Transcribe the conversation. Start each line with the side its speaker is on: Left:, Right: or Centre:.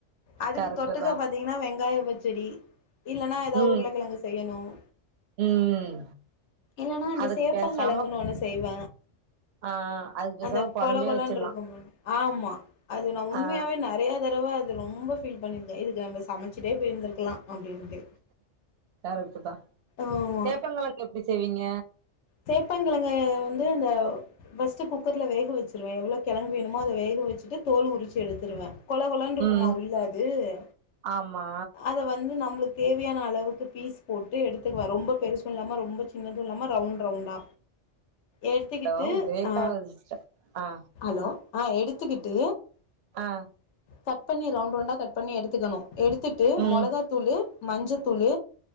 Left: அதுக்கு
Right: கரெக்ட்டு
Left: தொட்டுக்க
Right: தா
Left: பாத்தீங்கன்னா வெங்காய பச்சடி இல்லன்னா ஏதாவது
Right: ம்
Left: உருளக்கிழங்கு செய்யணும்
Right: ம்
Left: இல்லன்னா இந்தந்த
Right: அதுக்கு
Left: சேப்பங்கிழங்குன்னு
Right: பேசாம
Left: ஒண்ணு செய்வ
Right: ஆ அதுக்கு பேசாம
Left: அந்த
Right: கொழம்பே
Left: கொல கொல
Right: வச்சிட்லா
Left: இருக்கும் ஆமா அது நா உண்மையாவே
Right: ஆ
Left: நிறைய தடவ அது ரொம்ப பபீல் பண்ணிருக்கே இது நம்ம சமைச்சிட்டே போயிருந்திருக்கலா அப்படின்ட்டு
Right: கரெக்ட் தா
Left: ஆமா
Right: சேப்பங்கிழங்கு எப்படி செய்வீங்க
Left: சேப்பங்கிழங்க வந்து இந்த ஃபர்ஸ்ட் குக்கர்ல வேக வச்சருவே எவ்வளோ கிழங்கு வேணமோ அத வேக வச்சுட்டு தோல் உரிச்சு எடுத்துடுவே கொல கொலன்ன இருக்குமா
Right: ம்
Left: உள்ளது அது
Right: ஆமா
Left: அத வந்து நம்மளுக்கு தேவையான அளவுக்கு பீஸ் போட்டு எடுத்துக்குவ ரொம்ப பெருசும் இல்லாம ரொம்ப சின்னதும் இல்லாம ரவுண்ட் ரவுண்டு ரவுண்ட்டா எடுத்துக்ட்டு
Right: ஹலோ பிரேக்
Left: ஆ
Right: ஆகுது சிஸ்டர் ஆ
Left: ஹலோ ஆ எடுத்துக்கிட்டு
Right: ஆ
Left: கட் பண்ணி ரவுண்ட் ரவுண்டா கட் பண்ணி எடுத்துக்கணு எடுத்துட்டு
Right: ம்
Left: மிளகா தூளு மஞ்ச தூள்